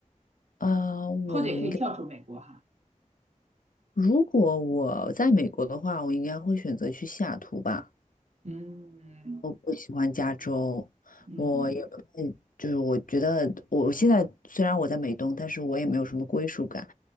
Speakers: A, on the left; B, on the right.
A: 呃，我应该，
B: 或者也可以跳出美国哈。
A: 如果我在美国的话，我应该会选择去西雅图吧。
B: 嗯
A: 我不喜欢加州，
B: 嗯
A: 我也不太，就是我觉得我现在虽然我在美东，但是我也没有什么归属感，